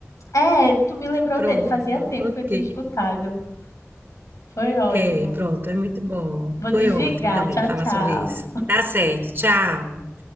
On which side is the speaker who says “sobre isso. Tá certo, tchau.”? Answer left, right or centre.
Right